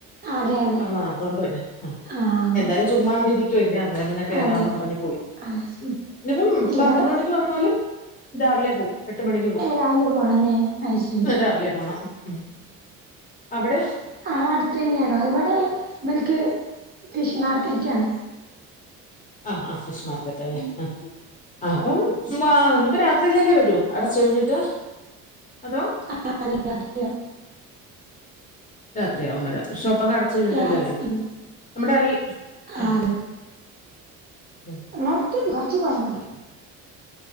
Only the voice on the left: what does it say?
ആഹ് അതോണ്ട് തന്നെ ആഹ്
എന്തായാലും. ചുമ്മാ അവിടെ ഇരിക്കുവല്ലേ അങ്ങനെ പിന്നെ കേറാന്ന്
പറഞ് പോയി.
ഇന്നിപ്പം
പന്ത്രണ്ട് മണി വന്നാലും രാവിലെ പോകും. എട്ട് മണിക്ക് പോവും
രാവിലെ പോണം ഉം അവിടെ
ആഹ് ആഹ് ഫിഷ്മാർക്കറ്റാല്ലെ ആഹ് ആഹ് അപ്പം മാ ഇനിപ്പോ രാത്രിയില്ലല്ലേ വരു അടച്ച് കഴിഞ്ഞിട്ട് അതോ.
രാത്രിയാവും വരാൻ ഷോപ്പൊക്കെ അടച് കഴിഞ്ഞിട്ടല്ലേ
വരു
നമ്മുടെ അൽ ഉം
ഉം